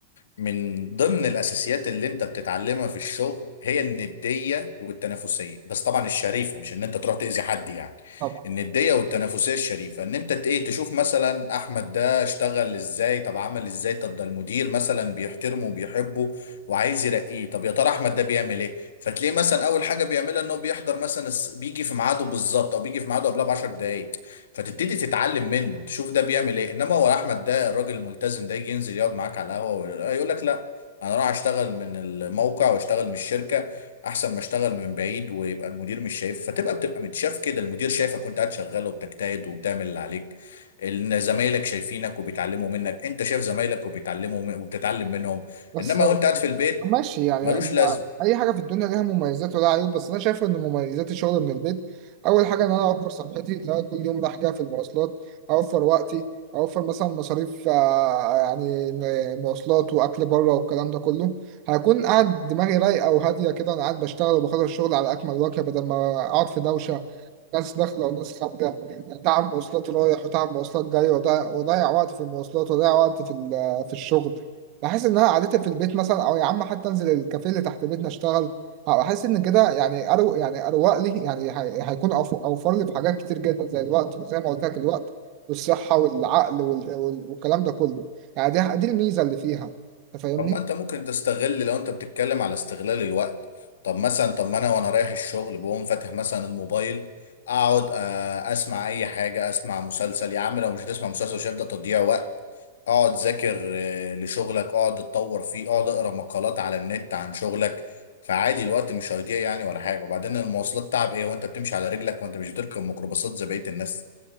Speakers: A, on the left; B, on the right.
A: من ضمن الاساسيات اللي انت بتتعلمها في الشغل هي النديه والتنافسيه بس طبعا الشريفه مش ان انت تروح تاذي حد يعني
B: طبعا
A: النديه والتنافسيه الشريفه ان انت ت- ايه تشوف مثلا احمد ده اشتغل ازاي طب عمل ازاي طب ده المدير مثلا بيحترمه وبيحبه وعايز يرقيه طب يا ترى احمد ده بيعمل ايه فتلاقيه مثلا اول حاجه بيعملها ان هو بيحضر مثلا الس- بيجي في ميعاده بالظبط او بيجي في ميعاده قبلها ب 10 دقائق فتبتدي تتعلم منه تشوف ده بيعمل ايه انما هو احمد ده الراجل الملتزم ده يجي ينزل يقعد معاك على القهوه ويقول آه، يقول لك لا انا راح اشتغل من الموقع واشتغل من الشركه احسن ما اشتغل من بعيد ويبقى المدير مش شايف فتبقى بتبقى متشاف كده المدير شايفك وانت قاعد شغال وبتجتهد وبتعمل اللي عليك ان زمايلك شايفينك وبيتعلموا منك انت شايف زمايلك وبيتعلموا من- وبتتعلم منهم
B: بس
A: انما وانت قاعد في البيت
B: ماشي يعني
A: ملوش
B: الم-
A: لازمه
B: اي حاجه في الدنيا ليها مميزات ولها عيوب بس انا شايف ان مميزات الشغل من البيت اول حاجه ان انا اوفر صحتي لو أنا كل يوم رايح جاي في المواصلات اوفر وقتي اوفر مثلا مصاريف آه، يعني م- مواصلات واكل بره والكلام ده كله هكون قاعد دماغي رايقه وهاديه كده انا قاعد بشتغل وبخلص الشغل على اكمل وجه بدل ما اقعد في دوشه ناس داخلة وناس خارجة تعب مواصلات رايح وتعب مواصلات جاي وضيع وضيع وقت في المواصلات وضيع وقت في ال- في الشغل بحس إن أنا قعدتي في البيت مثلا أو يا عم حتى أنزل الكافيه اللي تحت بيتنا أشتغل أحس إن كده يعني أرو يعني أروق لي يعني هي- هيكون أوف- أوفر لي في حاجات كتير جدا زي الوقت زي ما قلت لك الوقت والصحة والعقل وال- وال- والكلام ده كله يعني دي دي الميزة اللي فيها أنت فاهمني؟
A: طب ما انت ممكن تستغل لو انت بتتكلم على استغلال الوقت طب مثلا طب ما انا وانا رايح الشغل بقوم فاتح مثلا الموبايل اقعد آه، اسمع اي حاجه اسمع مسلسل يا عم لو مش هتسمع مسلسل شايف ده تضييع وقت اقعد ذاكر آه، لشغلك اقعد اتطور فيه اقعد اقرا مقالات على النت عن شغلك فعادي الوقت مش هيضيع يعني ولا حاجه وبعدين المواصلات تعب ايه وانت بتمشي على رجلك وانت مش بتركب ميكروباصات زي بقيه الناس